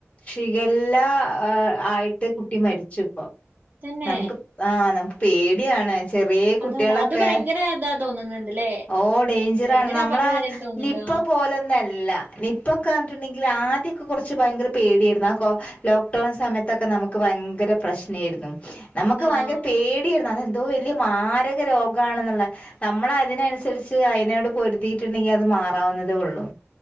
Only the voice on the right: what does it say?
തന്നെ
അതാണ് അത് ഭയങ്കര ഇതാ തോന്നുന്നുണ്ട്ല്ലേ
ഭയങ്കര
അപകടകാരിയായിട്ട് തോന്നുന്നുണ്ട്
ആഹ്
ആഹ്